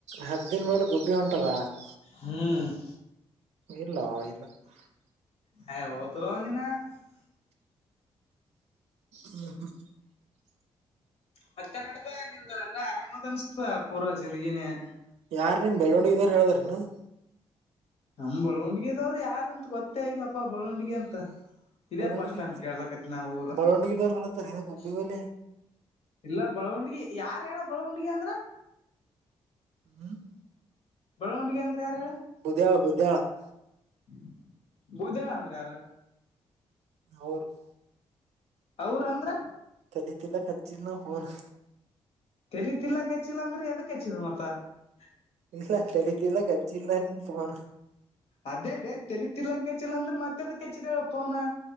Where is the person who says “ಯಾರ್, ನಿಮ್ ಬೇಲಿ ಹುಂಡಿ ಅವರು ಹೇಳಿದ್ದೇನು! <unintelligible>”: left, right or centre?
Right